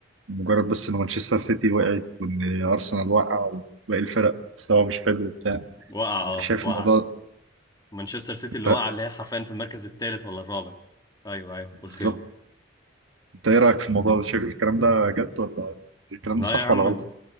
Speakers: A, on the right; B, on the left.
A: مجرد بس ان مانشستر سيتي وقعت وان ارسنال وقع وباقي الفرق مستوى مش حلو وبتاع
B: وقع اه
A: يعني شايف
B: وقع
A: الموضوع
B: مانشستر سيتي
A: انت
B: اللي وقع اللي هي حرفيا في المركز الثالث ولا الرابع ايوه ايوه قلت
A: بالظبط
B: لي
A: انت ايه رايك في الموضوع ده شايف الكلام ده جد ولا الكلام
B: لا
A: ده صح
B: يا عم
A: ولا غلط